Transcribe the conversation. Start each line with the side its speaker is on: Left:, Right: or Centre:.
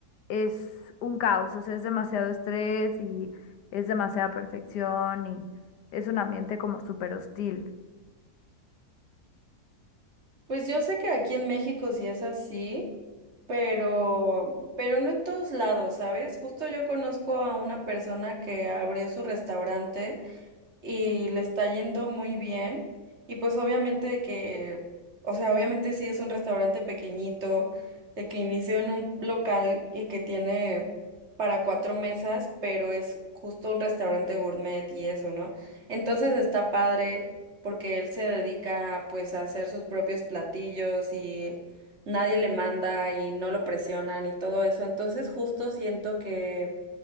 Left: es un caos, o sea, es demasiado estrés y es demasiada perfección y es un ambiente como súper hostil.
Right: Pues yo sé que aquí en México sí es así, pero, pero no en todos lados, ¿sabes? Justo yo conozco a una persona que abrió su restaurante. y le está yendo muy bien. Y pues obviamente de que, o sea, obviamente sí es un restaurante pequeñito, de que inició en un local y que tiene para cuatro mesas, pero es justo un restaurante gourmet y eso, ¿no? Entonces está padre porque él se dedica pues a hacer sus propios platillos y nadie le manda y no lo presionan y todo eso. Entonces justo siento que